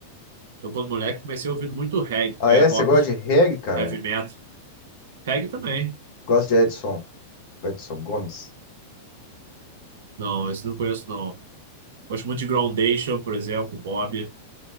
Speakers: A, on the right (about 60°); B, on the left (about 45°).
A: Eu, quando moleque, comecei ouvindo muito reggae,
B: Ah,
A: é,
B: é?
A: rock,
B: Você gosta de reggae, cara?
A: heavy metal. Reggae também.
B: Gosto de Edson, Edson Gomes,
A: Não, esse não conheço, não. Gosto muito de Groundation, por exemplo, Bob.